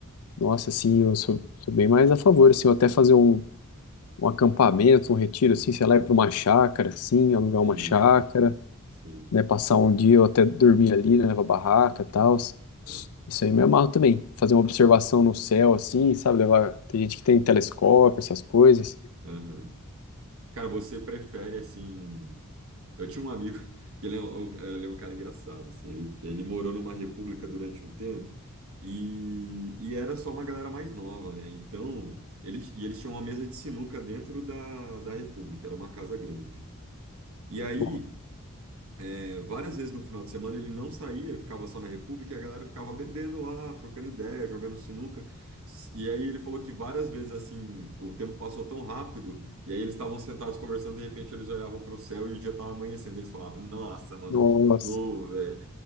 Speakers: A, on the left; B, on the right.
A: Nossa, assim, eu sou, sou bem mais a favor, assim, eu até fazer um, um acampamento, um retiro, assim, sei lá, ir para uma chácara, assim, alugar
B: Sim,
A: uma chácara,
B: sim.
A: né, passar um dia ou até dormir ali, né, levar barraca e tal.
B: é,
A: Isso aí me amarro também. Fazer uma observação no céu, assim, sabe, levar... Tem gente que tem telescópio, essas coisas.
B: aham. Cara, você prefere assim. Eu tinha um amigo <laughs> que ele é um, um, eh, ele é um cara engraçado, assim, ele, ele morou numa república durante um tempo e, e era só uma galera mais nova, né? Então, eles, e eles tinham uma mesa de sinuca dentro da, da república, era uma casa grande. E aí,
A: Boa.
B: é, várias vezes no final de semana ele não saía, ficava só na República e a galera ficava bebendo lá, trocando ideia, jogando sinuca. E aí ele falou que várias vezes assim, o tempo passou tão rápido, e aí eles estavam sentados conversando, de repente eles olhavam para o céu e o dia estava amanhecendo. Eles falavam, nossa, mano,
A: Nossa.
B: de novo, velho.